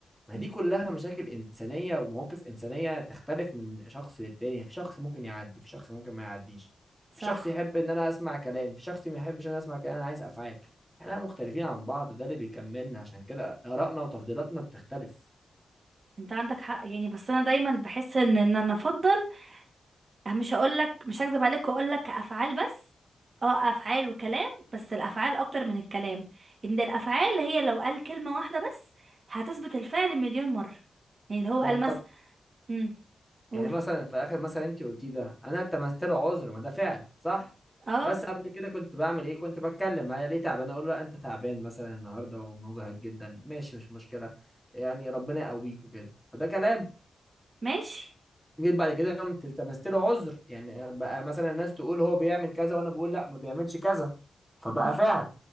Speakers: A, in the centre; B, on the right.
A: ما
B: مم،
A: دي كلها مشاكل إنسانية ومواقف إنسانية تختلف من شخص للتاني في شخص ممكن يعدي في شخص ممكن ما يعديش
B: صح
A: في شخص يحب إن أنا أسمع كلام في شخص ما يحبش إن أنا أسمع كلام أنا عايز أفعال إحنا مختلفين عن بعض ده اللي بيكملنا عشان كده آرائنا وتفضيلاتنا بتختلف
B: انت عندك حق يعني بس انا دايما بحس ان ان انا افضل مش هقولك مش هكذب عليك واقولك كافعال بس اه افعال وكلام بس الافعال اكتر من الكلام ان الافعال هي لو قال كلمة واحدة بس هتثبت الفعل مليون مرة يعني اللي هو قال
A: يعني طب
B: مثلا امم قول
A: يعني مثلا في آخر مثلا أنت قلتيه ده أنا التمست له عذر ما ده فعل صح
B: اه
A: بس قبل كده كنت بعمل إيه كنت بتكلم أنا ليه تعبان أقول له لا أنت تعبان مثلا النهاردة ومجهد جدا ماشي مش مشكلة يعني ربنا يقويك وكده فده كلام
B: ماشي
A: جيت بعد كده قمت التمست له عذر يعني بقى مثلا الناس تقول هو بيعمل كذا وانا بقول لا ما بيعملش كذا فبقى
B: مم،
A: فعل